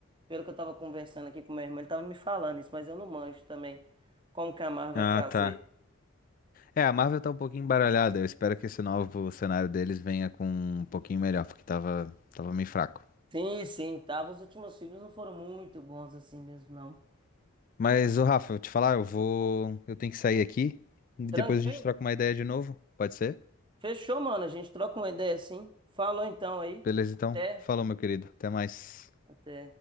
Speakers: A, on the right; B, on the left.
A: Pelo que eu tava conversando aqui com meu irmão, ele tava me falando isso, mas eu não manjo também como que a Marvel vai
B: Ah,
A: fazer.
B: tá. É, a Marvel tá um pouquinho embaralhada. Eu espero que esse novo cenário deles venha com um pouquinho melhor, porque tava, tava meio fraco.
A: Sim, sim, tava. Os últimos filmes não foram muito bons assim mesmo, não.
B: Mas, ô Rafa, eu te falar, eu vou. Eu tenho que sair aqui e depois
A: Tranquilo?
B: a gente troca uma ideia de novo. Pode ser?
A: Fechou, mano. A gente troca uma ideia assim. Falou então aí.
B: Beleza, então.
A: Até.
B: Falou, meu querido. Até mais.
A: Até.